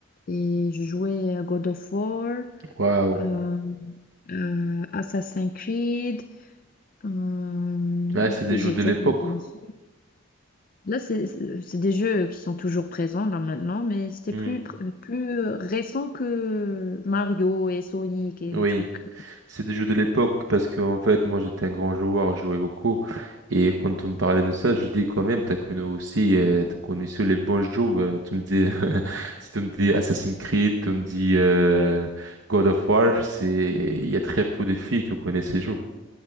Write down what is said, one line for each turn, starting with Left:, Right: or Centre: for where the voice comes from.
Left: et je jouais à God of War,
Right: Waouh.
Left: euh, euh, Assassin's Creed. euh,
Right: Ah, c'est des
Left: j'étais
Right: jeux de l'époque.
Left: bien sûr. Là, c'est c'est- c'est des jeux qui sont toujours présents là maintenant, mais c'était
Right: Mhm.
Left: plus, pr- plus récent que Mario et Sonic et
Right: Oui.
Left: des trucs.
Right: C'est des jeux de l'époque parce que en fait moi j'étais un grand joueur, je jouais beaucoup et quand on me parlait de ça, je dis quand même t'as connu aussi euh, t'as connu seuls les bons jeux. euh, Tu me dis <laughs> si tu me dis Assassin's Creed, tu me dis euh,
Left: Oui,
Right: God of War, c'est il y a très peu de filles qui connaissent ces jeux.